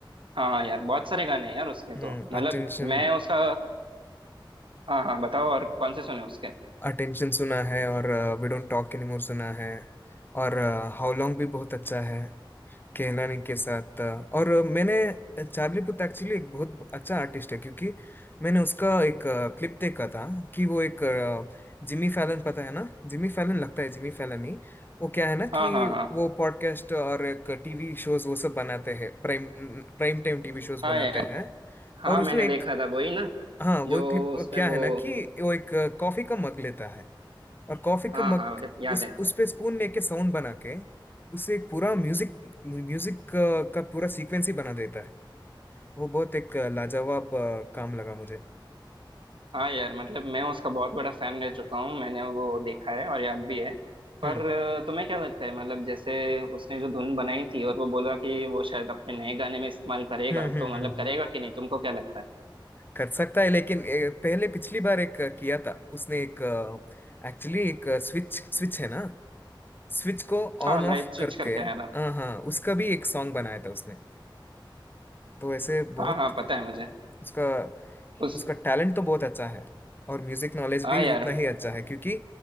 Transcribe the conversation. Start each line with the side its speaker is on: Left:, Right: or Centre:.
Right: हाँ हाँ यार बहुत सारे गाने हैं यार उसके
Left: हम्म
Right: तो मतलब
Left: अटेंशन
Right: मैं उसका हाँ हाँ बताओ और कौन से सुने उसके
Left: अटेंशन सुना है और वी डोंट टॉक एनीमोर सुना है और हाउ लॉन्ग भी बहुत अच्छा है केहलानी के साथ अ, और अ, मैंने चार्ली पुथ एक्चुअली एक बहुत अच्छा आर्टिस्ट है क्योंकि मैंने उसका एक क्लिप देखा था कि वो एक जिमी फैलन पता है ना जिमी फैलन लगता है जिमी फैलन ही वो क्या है ना
Right: हाँ
Left: कि
Right: हाँ हाँ
Left: वो पॉडकास्ट और एक टीवी शोज वो सब बनाते हैं Prime prime time TV shows
Right: हाँ
Left: बनाते
Right: यार
Left: हैं
Right: हाँ
Left: और उसमें
Right: मैंने
Left: एक
Right: देखा था वही ना
Left: हाँ वो
Right: जो
Left: एक क्लिप
Right: उसमें
Left: क्या
Right: वो
Left: है ना कि वो एक कॉफी का मग लेता है और कॉफी का
Right: हाँ
Left: मग
Right: हाँ अरे याद
Left: उस
Right: है
Left: उस पे स्पून लेके साउंड बना के उससे एक पूरा म्यूजिक म्यूजिक का, का पूरा सीक्वेंस ही बना देता है वो बहुत एक अ, लाजवाब अ, काम लगा मुझे
Right: हाँ यार मतलब मैं उसका बहुत बड़ा फैन रह चुका हूँ मैंने वो देखा है और याद भी है पर
Left: हम्म
Right: अ, तुम्हें क्या लगता है मतलब जैसे उसने जो धुन बनाई थी और वो बोला कि वो शायद अपने नए गाने में इस्तेमाल करेगा
Left: हम्म हम्म
Right: तो मतलब
Left: हम्म हम्म।
Right: करेगा कि नहीं तुमको क्या लगता है
Left: कर सकता है लेकिन ए, पहले पिछली बार एक अ, किया था उसने एक एक्चुअली एक स्विच स्विच है ना स्विच को
Right: हाँ
Left: ऑन
Right: लाइट
Left: ऑफ
Right: स्विच
Left: करके
Right: करके आया था
Left: हाँ हाँ उसका भी एक सॉन्ग बनाया था उसने तो ऐसे बहुत
Right: हाँ हाँ पता है मुझे
Left: उसका
Right: उस
Left: उसका टैलेंट तो बहुत अच्छा है और म्यूजिक नॉलेज
Right: हाँ
Left: भी
Right: यार
Left: उतना ही अच्छा है क्योंकि